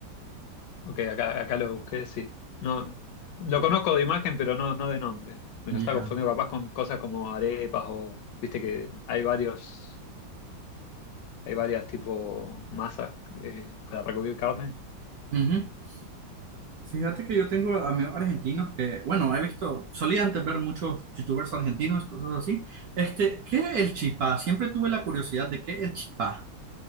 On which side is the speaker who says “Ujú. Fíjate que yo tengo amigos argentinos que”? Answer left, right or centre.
Right